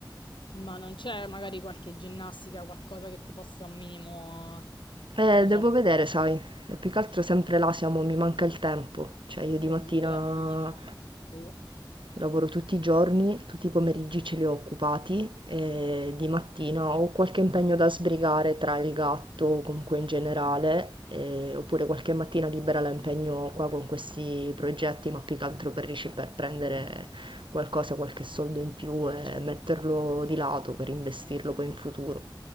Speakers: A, on the left; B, on the right.
A: Ma non c'è magari qualche ginnastica, qualcosa che ti possa un minimo,
B: Eh,
A: non lo
B: devo
A: so,
B: vedere, sai, e più che altro sempre là siamo, mi manca il tempo, cioè io
A: tipo
B: di mattina
A: fisioterapia, boh.
B: lavoro tutti i giorni, tutti i pomeriggi ce li ho occupati e di mattina ho qualche impegno da sbrigare tra il gatto, o comunque in generale, e- oppure qualche mattina libera la impegno qua con questi progetti, ma più che altro per, riusci- per prendere qualcosa, qualche soldo in più e
A: Certo.
B: metterlo di lato per investirlo poi in futuro.